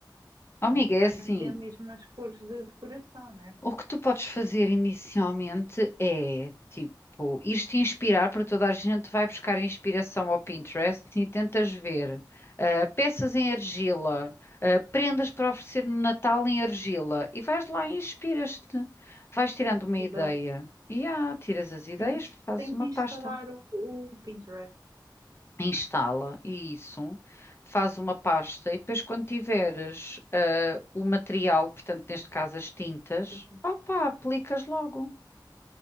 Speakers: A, on the left (about 30°); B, on the right (about 55°).
A: Oh, amiga,
B: Nem toda
A: é
B: a
A: assim.
B: gente tem as mesmas cores de decoração, né?
A: O que tu podes fazer inicialmente é, tipo, ir-te inspirar, porque toda a gente vai buscar inspiração ao Pinterest e tentas ver ah, peças em argila, ah, prendas para oferecer no Natal em argila, e vais lá e inspiras-te. Vais tirando uma ideia.
B: Adoro.
A: E ah, tiras as ideias,
B: Tenho,
A: fazes
B: tenho
A: uma
B: que instalar
A: pasta.
B: o, o Pinterest.
A: Instala e isso, faz uma pasta e depois quando tiveres ah, o material, portanto neste caso as tintas,
B: Sim, sim.
A: opá, aplicas logo.